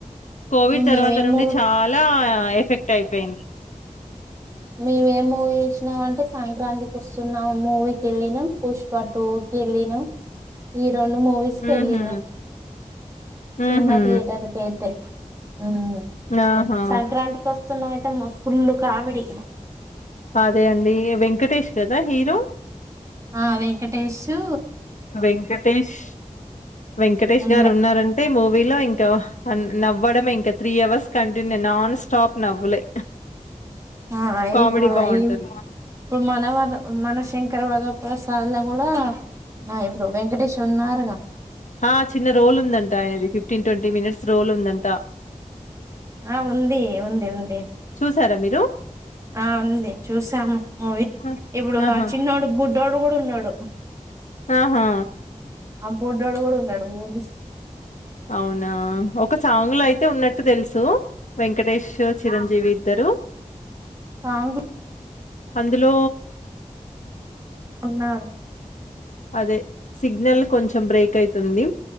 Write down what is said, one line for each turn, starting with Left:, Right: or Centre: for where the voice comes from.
Left: కోవిడ్
Right: మేమేమో
Left: తర్వాత నుండి చాలా ఎఫెక్ట్ ట్ అయిపేయింది.
Right: మేము ఏ మూవీ చూసినాం అంటే సంక్రాంతికి వస్తున్నాం మూవీకి వెళ్ళినాం. పుష్పటుకి వెళ్ళినాం ఈ రెండు మూవీస్ కెళ్ళీనం.
Left: ఉహు
Right: సినిమా
Left: ఉహు
Right: థియేటర్కెయితే ఉమ్
Left: ఆహా
Right: సంక్రాంతికి వస్తున్నాం ఐ త్తము ఫుల్ కామెడి
Left: అదే అండి వెంకటేష్ కదా హీరో
Right: ఆ వెంకటేేషు
Left: వెంకటేష్ వెంకటేష్
Right: ఉండే
Left: గారు ఉన్నారంటే మూ విలో ఇంకా నవ్వడమే ఇంకా three hours continue non stop నవ్వులే
Right: అ
Left: కామెడీ
Right: ఇప్పుడు
Left: వావ్! బావుంటుంది.
Right: ఇప్ పు మనవర మన శంకరవరప్రస్ దంల్ల గూడ ఆ ఇప్పుడు వెంకటేష్ ఉన్నారుగా
Left: ఆ చిన్న రోల్ ఉందంట ఆయనది ఫిఫ్టీన్ ట్వంటీ మినిట్స్ రోల్ ఉందంట
Right: ఆ ఉంది ఉంది ఉంది
Left: సర మీరు
Right: ఆ ఉంది చూసాము మూవీ
Left: ఆ!
Right: ఇప్పుడు
Left: ఆహా!
Right: ఆ చిన్నోడు బు డోడు గుడ్ ఉన్నడు
Left: ఆహా
Right: ఆ బొడ్డోడు కూడా ఉన్నాడు మూవీస్
Left: అవునా ఒక సాంగ్ లో అయితే ఉన్నట్టు తెలుసు వెంకటేష్ చిరంజీవి ఇద్దరు
Right: కాంగ్ల్
Left: అందులో
Right: ఉన్నారు
Left: అదే సిగ్నల్ కొంచెం బ్రేక్ అయితుంది